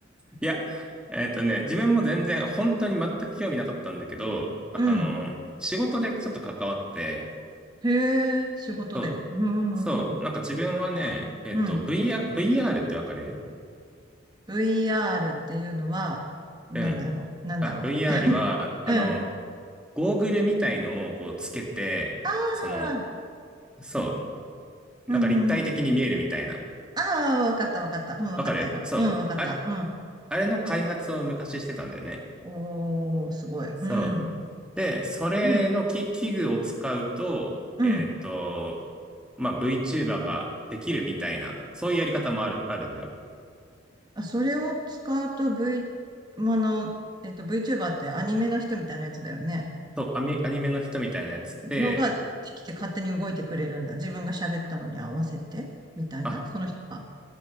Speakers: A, in the centre; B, on the right (about 20°).
A: いや、えっとね、自分も全然、本当に全く興味なかったんだけど、
B: うん。
A: あの、仕事でちょっと関わって、
B: へえ、仕事で。
A: そう
B: うん、なるほど。
A: そう、なんか自分はね、えっと、
B: うん。
A: VR、VR ってわかる
B: VR っていうのは、なんだろう、
A: うん。
B: なんだろう。
A: あ、VR
B: <laughs>
A: は、あの、
B: うん。あ
A: ゴーグルみたいのをこうつけて、
B: あ、
A: その、そう、
B: うん、
A: なんか立体的に見えるみたいな。
B: うん、うん。ああ、わかった、わかった。うん、わかったよ。
A: わかるそう。
B: うん、わかった。
A: あれ、
B: うん。
A: あれの開発を昔してたんだよね。
B: おー、すごい。
A: そう。
B: うん。
A: で、それの器、
B: うん、
A: 器具を使うと、
B: うん。
A: えっと、まあ、VTuber ができるみたいな、そういうやり方もある、あるんだよ。
B: あ、それを使うと V、あの、えっと、VTuber ってアニメの人みたいなやつだよね。
A: そう、アニ、アニメの人みたいなやつって、
B: のができて勝手に動いてくれるんだ。自分が喋ったのに合わせて、みたいな、
A: あ
B: その人が。